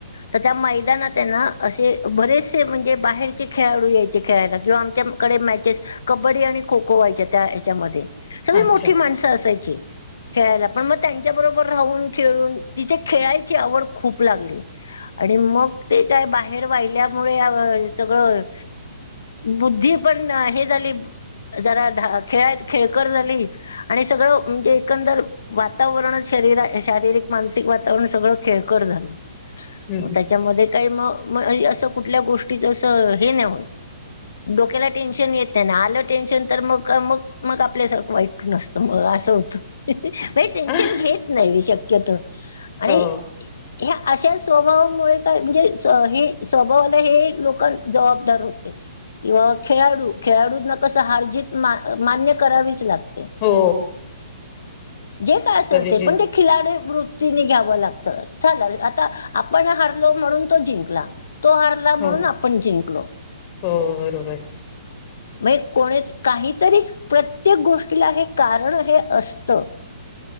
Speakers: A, on the left (about 70°); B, on the left (about 35°).
A: तर त्या मैदानात आहे ना असे, बरेचसे म्हणजे बाहेरचे खेळाडू यायचे खेळायला किंवा आमच्या- कडे मॅचेस कबड्डी आणि खो खो व्हायच्या त्या ह्याच्यामध्ये सगळी
B: अच्छा
A: मोठी माणसं असायची. खेळायला पण मग त्यांच्या बरोबर राहून खेळून तिथे खेळायची आवड खूप लागली. आणि मग ते काय बाहेर वाहिल्यामुळ सगळं, बुद्धी पण हे झाली. जरा दहा खेळत खेळकर झाली आणि सगळं म्हणजे, एकंदर वातावरणच शरीर शारीरिक मानसिक वातावरण सगळं खेळकर झालं.
B: हम्म
A: त्याच्यामध्ये काही म असं कुठल्या गोष्टीच अस हे नाहो होत डोक्याला टेन्शन येत ना आलं टेन्शन तर मग मग, मग आपल्यासारखं वाईट नसतं मग असं होतं म्हणजे टेन्शन
B: हम्म
A: घेत नाही शक्यतो. आणि
B: हो
A: ह्या अशा स्वभावामुळे काय म्हणजे हे स्वभावाला हे लोक, जबाबदार होते किंवा खेळाडू, खेळाडूंना कसं हारजीत मा मान्य करावीच लागते.
B: हो
A: जे काय असेल
B: कधी
A: ते पण खिलाड- घ्याव लागत झाल आता आपण हारलो म्हणून तो जिंकला तो ह- तो हारला म्हणून
B: हो
A: आपण जिंकलो.
B: हो बरोबर
A: म कोणी काहीतरी प्रत्येक गोष्टीला हे कारण हे असत.